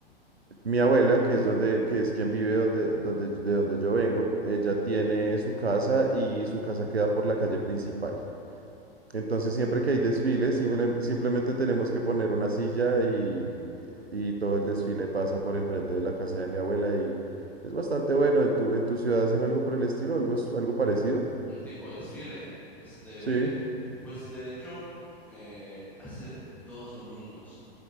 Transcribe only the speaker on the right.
mi abuela, que es donde, que es quien vive donde, donde, de donde yo vengo, ella tiene su casa y su casa queda por la calle principal. Entonces, siempre que hay desfiles, simple- simplemente tenemos que poner una silla y, y todo el desfile pasa por enfrente de la casa de mi abuela y es bastante bueno. ¿En tu, en tu ciudad hacen algo por el estilo? ¿Algo, es- algo parecido?
Sí,